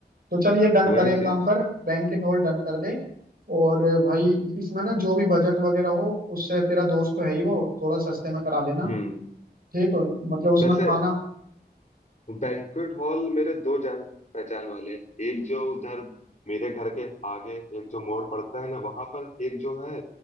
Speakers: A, on the right; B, on the left.
A: तो चल ये डन
B: वही
A: करे एक
B: चीज
A: काम कर बैंकेट हॉल डन कर दे और भाई इसमें ना जो भी बजट वगैरह हो उससे तेरा दोस्त तो है ही वो थोड़ा सस्ते में करा लेना
B: हम्म
A: ठीक हो मतलब उसमें
B: वैसे
A: खाना
B: बैंक्वेट हॉल मेरे दो जान पहचान वाले हैं। एक जो उधर मेरे घर के आगे एक जो मोड़ पड़ता है ना वहां पर एक जो है